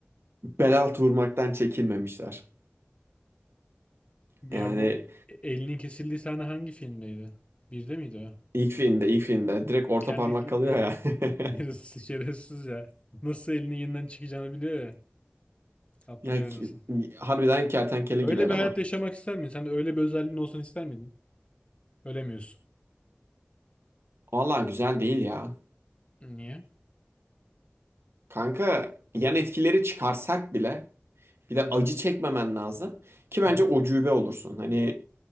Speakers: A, on the right; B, on the left.
A: bel altı vurmaktan çekinmemişler.
B: Ya
A: Yani
B: bu e, elinin kesildiği sahne hangi filmdeydi? Birde miydi o?
A: ilk filmde ilk filmde direkt orta
B: Kendi
A: parmak kalıyor ya.
B: <laughs>
A: <laughs>
B: yarısı şerefsiz ya. Nasıl elinin yeniden çıkacağını biliyor ya. Atlıyor
A: Yani ki-
B: nasıl.
A: harbiden kertenkele
B: öyle
A: gibi eleman.
B: bir hayat yaşamak ister miydin? Sen de öyle bir özelliğin olsun ister miydin? Ölemiyorsun.
A: Vallahi güzel değil ya.
B: Niye?
A: Kanka yan etkileri çıkarsak bile bir de
B: Hı hı.
A: acı çekmemen lazım ki
B: hı
A: bence
B: hı.
A: ucube olursun. Hani